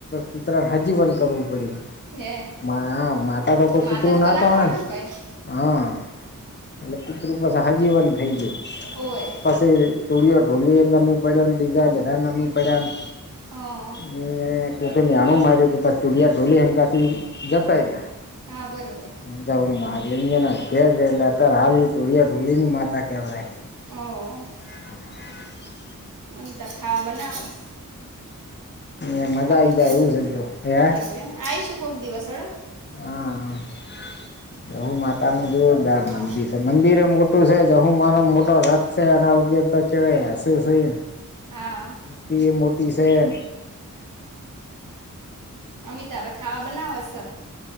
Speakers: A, on the left; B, on the right.
A: કૂતરાને હજી પણ કરવું પડ્યું.
B: હે
A: મા માતા તો કોઈ
B: માતા
A: કૂતરું
B: જ
A: ના
B: કના
A: તોણે
B: ને કઈ
A: હા એટલે કુતરુ પસે હાજીવન થઈ ગયું.
B: હોવે
A: પસી તુળિયો ઢોલીએ નમી પડ્યોને બીજા બધા નમી પડ્યા ન
B: હા
A: અહીંયા કોકે મેણું માર્યું તું પછી તુરીયા ઢોલી એમ કાક ઈ જતા રહ્યા.
B: હા બરોબર.
A: હમજાવુ માટલી એન રેલ અતારે હાલ એ તુડિયા ઢોલીની માતા કેવરાય.
B: અઅ હહ
A: હહ
B: અંતર ખાવા બનાવસ.
A: એ મજા
B: અમી
A: આઈ જાય એવું છે જો હે
B: એવું એમ આઈશું કોક દિવસ હેડો.
A: હહ હહ ગૌ માતાનું જોરદાર
B: ઓ
A: મંદિર સે. મંદિરે મોટું સે જહુમાનો મોટો રથ સે એના ઉપયોગ તો ચેવાય આસુસી.
B: હા
A: ઈ એ મોટી સેન.
B: અમી ત હવે ખાવા બનાવ સ.